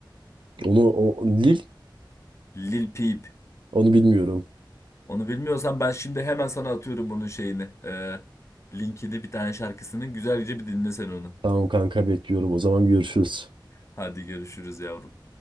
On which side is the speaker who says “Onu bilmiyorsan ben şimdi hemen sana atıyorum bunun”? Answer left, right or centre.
Left